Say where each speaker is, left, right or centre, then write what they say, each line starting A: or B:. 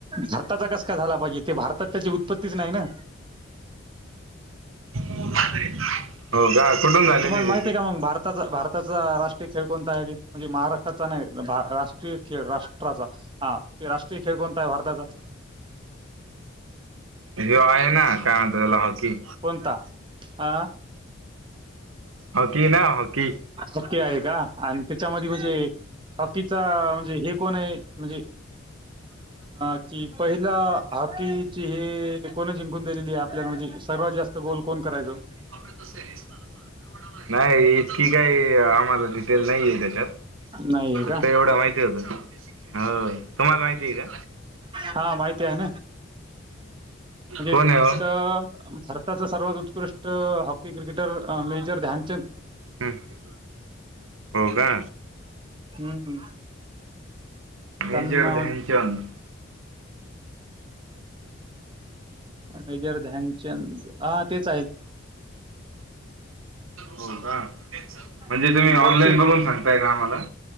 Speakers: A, on the right (about 25°); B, on the right (about 85°).
A: भारताचा कस का झाला पाहिजे तेे भारतात त्याची उत्पत्तीच नाही ना
B: हो. का कुठून
A: म्हणजे
B: झालेली
A: तुम्हाला
B: त्याची
A: माहित आहे का मग भारताचा भारताचा राष्ट्रीय खेळ कोणता आहे म्हणजे महाराष्ट्राचा नाही राष्ट्रीय खेळ राष्ट्राचा हा ते राष्ट्रीय खेळ कोणता आहे भारताचा
B: जे आहे ना काय म्हणतात त्याला हॉकी
A: कोणता हा
B: हॉकी ना हॉकी
A: हॉकी आहे का आणि त्याच्यामध्ये म्हणे हॉकीचा म्हणजे हे कोण आहे म्हणजे? अ कि पहिला हॉकीची हे कोण जिंकून दिलेली आपल्या म्हणजे सर्वात जास्त गोल कोण करायचो?
B: तुम्ही वापरत असेल नाही इतकी काही आम्हाला डिटेल नाही आहे त्याच्यात
A: नाही आहे
B: फक्त
A: का
B: एवढं माहिती हो तुम्हाला माहिती आहे का?
A: हा माहिती आहे ना म्हणजे
B: कोण आहे ओ?
A: भारताचा सर्वात उत्कृष्ट हॉकी क्रिकेटर मेजर ध्यान
B: हम्म हो का
A: हम्म हम्म.
B: मेजर
A: <unintelligible>
B: ध्यानचंद
A: मेजर ध्यानचंद हा तेच आहेत
B: हो का म्हणजे
A: हं,
B: तुम्ही
A: बहुतेक
B: ऑनलाईन बघून सांगताय का आम्हाला